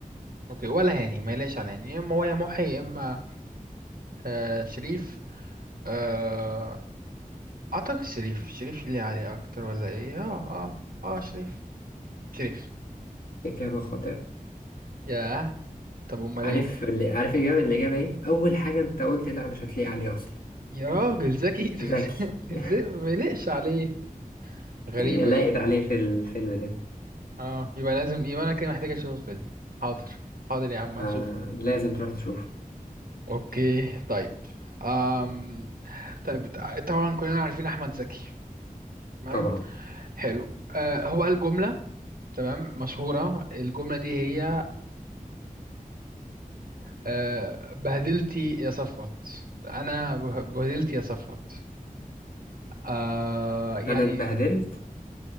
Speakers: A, on the right; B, on the left.
A: اوكي ولا هاني ما يليقش على هاني يا اما هو يا محي يا اما آه شريف آه، اعتقد شريف شريف اللي عليه اكتر ولا ايه اه اه اه شريف شريف
B: إجابة خاطئة
A: ياه طب امال
B: عارف
A: ايه
B: اللي عارف الإجابة الإجابة إيه؟ أول حاجة أنت قلت لأ مش هتلاقي عليه أصلا
A: يا راجل ذكي <laughs> طب
B: زكي
A: ازاي
B: <laughs>
A: إزاي ما يلقش عليه غريبة
B: هي لاقت
A: دي
B: عليه في الفيلم ده
A: اه يبقى لازم يبقى انا كده محتاج اشوف الفيلم حاضر حاضر يا عم هشوفه
B: آه لازم تروح تشوفه
A: اوكي طيب أم... طيب طبعا كلنا عارفين احمد زكي تمام
B: طبعا
A: حلو أه هو قال جملة تمام مشهورة الجملة دي هي آه، بهدلتي يا صفوت انا به- بهدلتي يا صفوت آه يعني
B: أنا اتبهدلت